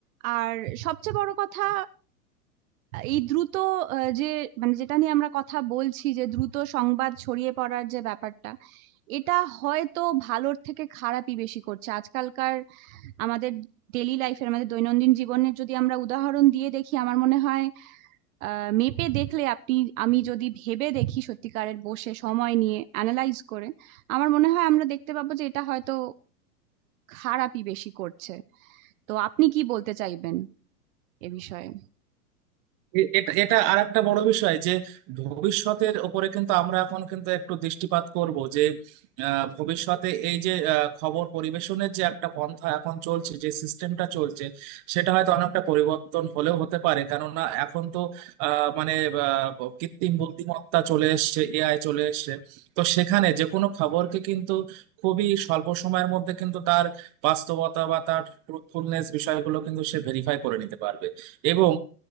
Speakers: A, on the right; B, on the right.
A: আর সবচেয়ে বড় কথা এই দ্রুত আহ, যে মানে যেটা নিয়ে আমরা কথা বলছি যে দ্রুত সংবাদ ছড়িয়ে পড়ার যে ব্যাপারটা এটা হয়তো ভালোর থেকে খারাপই বেশি করছে আজকালকার আমাদের ডেইলি লাইফের আমাদের দৈনন্দিন জীবনের যদি আমরা উদাহরণ দিয়ে দেখি আমার মনে হয় আহ মেপে দেখলে আপনি আমি যদি ভেবে দেখি সত্যিকারের বসে সময় নিয়ে অ্যানালাইজ করে আমার মনে হয় আমরা দেখতে পাবো যে এটা হয়তো খারাপই বেশি করছে তো আপনি কি বলতে চাইবেন এ বিষয়ে
B: এ- এটা এটা আর একটা বড় বিষয় যে ভবিষ্যতের উপরে কিন্তু আমরা এখন কিন্তু একটু দৃষ্টিপাত করব যে আহ, ভবিষ্যতে এই যে আহ, খবর পরিবেশনের যে একটা পন্থা এখন চলছে যে সিস্টেমটা চলছে সেটা হয়তো অনেকটা পরিবর্তন হলেও হতে পারে কেননা এখন তো আহ, মানে আহ, কৃত্রিম বুদ্ধিমত্তা চলে এসছে এআই চলে এসছে তো সেখানে যে কোনো খবরকে কিন্তু খুবই স্বল্প সময়ের মধ্যে কিন্তু তার বাস্তবতা বা তার ট্রুথফুলনেস বিষয়গুলো কিন্তু সে ভেরিফাই করে নিতে পারবে এবং